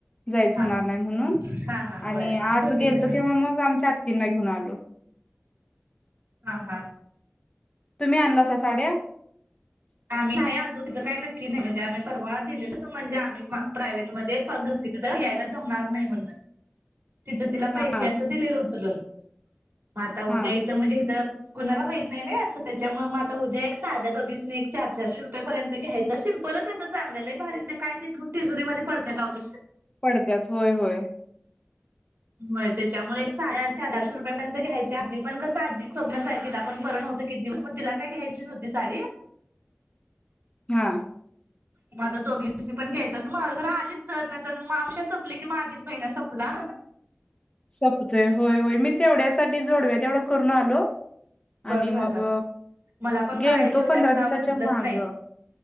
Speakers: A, on the right; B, on the left.
A: हा
B: जायच
A: हा
B: होणार नाही म्हणून
A: हा हा होय
B: आणि
A: असंच
B: आज
A: तिकडं
B: गेल तरो तेव्हा मग आमच्या आ. तिना घेऊन आलो.
A: हा हा.
B: तुम्ही आणलासा साड्या?
A: आम्ही नाही अजूनच काही नक्की नाही म्हणजे आम्ही परवाळा दिलेल म्हणजे आम्ही प्रायव्ट मध्येगतीकडे या्यायला जमणार नाही म्हणून. तिचं तिला पैसे
B: हा
A: असं दिलेलं उचलून. माता
B: हा
A: उद्या इथं म्हणजे इथं कुणाला माहीत नाही असं त्याच्यामुळे मग आता उद्या एक साध्या दोघीसनी. चार चारशे रुपयाेपर्यंत घ्यायचं, सिंपलचता चांगलंही भारीतलं काय ते घेऊन तिजरीमध्येध्ये पडत्यात अहो तसायचं.
B: पडत्यात होय होय.
A: हो त्याच्यामुळे एक साड्याचे अधारशे रुपयापर्यंत घ्यायची आजी पण कस आजी जग्य आपण बर नवतं कि दिवस म तिला काय घ्यायचीच होती साडी.
B: हा.
A: मग आत्ता दोघी दिवशी पण घ्यायचं अस माझ घर आलीच तर नाही आमवश्या सोपली कि माझी एक बहिण सोपला.
B: सपतय होय होय मी तेवढ्यासाठी जोडव्या तेवढं करून आलो.
A: बरं
B: आणि
A: झालं
B: मग
A: मला पण करायच्या
B: गेलतो
A: होत्या
B: पंधरा
A: खरं
B: दिवसाच्या
A: अहो घडलंच
B: माग
A: नाही.